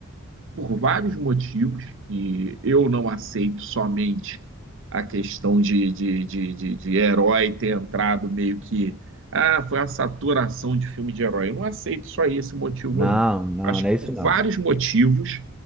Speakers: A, on the right (about 60°); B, in the centre.
A: por vários motivos, e eu não aceito somente a questão de, de, de, de, de herói ter entrado meio que, ah, foi a saturação de filme de herói. Eu não aceito só esse motivo,
B: Não,
A: não.
B: não,
A: Acho
B: não
A: que
B: é
A: por
B: isso não.
A: vários motivos,